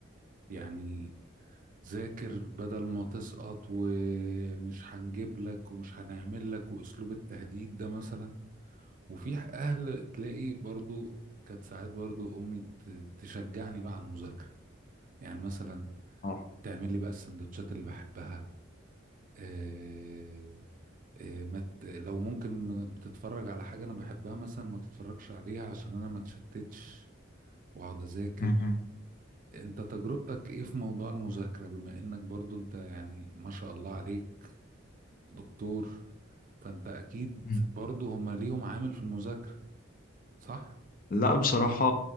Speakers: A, on the right (about 40°); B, on the left (about 45°).
A: يعني ذاكر بدل ما تسقط ومش هنجيب لك ومش هنعمل لك واسلوب التهديد ده مثلا وفي اهل تلاقي برضو كانت ساعات برضو امي ت- تشجعني بقى على المذاكره يعني مثلا
B: اه
A: تعمل لي بقى السندوتشات اللي بحبها آه، إيه، ما ت- لو ممكن بتتفرج على حاجة أنا بحبها مثلا ما تتفرجش عليها عشان أنا ما اتشتتش وأقعد أذاكر
B: مهم.
A: أنت تجربتك إيه في موضوع المذاكرة بما إنك برضو أنت يعني ما شاء الله عليك دكتور فأنت أكيد
B: أمم.
A: برضو هما ليهم عامل في المذاكرة صح؟
B: لا بصراحة